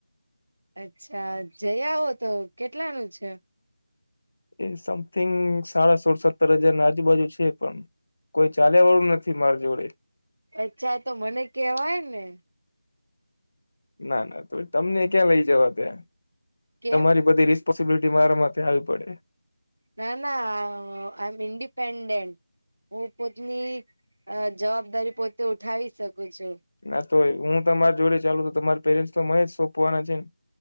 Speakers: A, on the right; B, on the left.
A: અચ્છા જઈઓ તો કેટલાનું છે?
B: એ સમથિંગ સાડા સોળ સત્તર હજાર ના આજુબાજુ છે પણ. કોઈ ચાલ્યા વાળું નથી મારી જોડે.
A: અચ્છા તો મને કેવાય ને.
B: ના ના તો તમને ક્યાં લઈ જવા ત્યાં,
A: કેમ?
B: તમારી બધી ર પોસિબિલિટી મારા માટે આવી પડે.
A: ના ના આઈ એમ ન્ડિપેન્ડેન્ટ. હું પોતની જવાબદારી પોતે ઉઠાવી શકું છું.
B: ના તો હું તમારી જોડે ચાલુ તમારી પેરેન્ટ્સ તો મને જ સોંપવાના છે ને.